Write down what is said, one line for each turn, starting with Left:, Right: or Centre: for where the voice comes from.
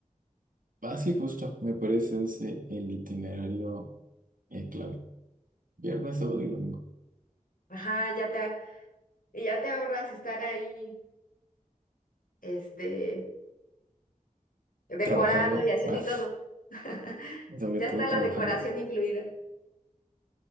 Right: Así justo, me parece ese el itinerario eh, clave. Viernes, sábado y domingo.
Left: Ajá, ya te, y ya te ahorras estar ahí, este decorando
Right: Trabajando.
Left: y haciendo
Right: más.
Left: y todo. <laughs>
Right: sobre
Left: Ya
Right: todo
Left: está la
Right: trabajando.
Left: decoración incluida.